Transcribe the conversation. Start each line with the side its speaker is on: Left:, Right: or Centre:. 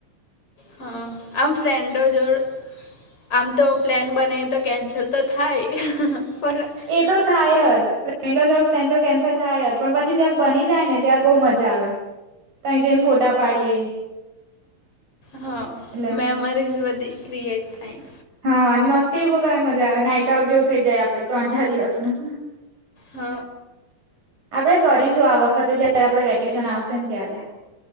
Left: હહ આમ ફ્રેન્ડો જોડ આમ તો પ્લેન બનાઈએ તો કેન્સલ તો થાય. પણ
Right: એ તો થાય જ. ફ્રેન્ડો જોડે પ્લેન તો કેન્સલ થાય જ પણ પછી જયારે બની જાય ને ત્યારે બહુ મજા આવે. તાઈ જઈને ફોટા પાડીએ.
Left: હહ
Right: એટલે
Left: મેમરીઝ બધી ક્રિએટ થાય.
Right: હહ અને મસ્તીએ બહુ કરવાની મજા આવે. નાઈટ આઉટ જેવું થઇ જાય આપડે ત્રણ ચાર દિવસનું.
Left: હહ
Right: આપડે કરીશું આ વખતે જયારે આપડે વેકેશન આવશે ને ત્યારે.